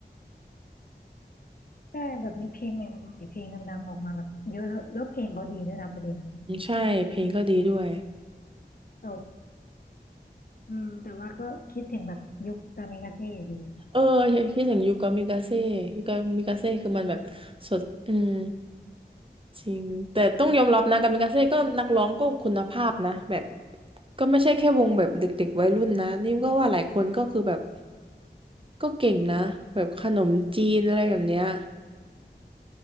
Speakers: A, on the left; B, on the right.
A: ใช่แบบมีเพลงใหม่ๆเพลงดังๆออกมาแบบเยอะแล้วแล้วเพลงเขาดีด้วยนะประเด็นอะ
B: อืมใช่เพลงก็ดีด้วย
A: แต่อืมแต่ว่าก็คิดถึงแบบยุคตามิกาเซ่อยู่ดี
B: เออคิดถึงยูกามิกาเซ่ยูกามิกาเซ่คือมันแบบสดอืมจริงแต่ต้องยอมรับนะกามิกาเซ่ก็นักร้องก็คุณภาพนะแบบ ก็ไม่ใช่แค่วงแบบเด็กๆวัยรุ่นนะนี่ก็ว่าหลายคนก็คือแบบก็เก่งนะแบบขนมจีนอะไรแบบเนี้ย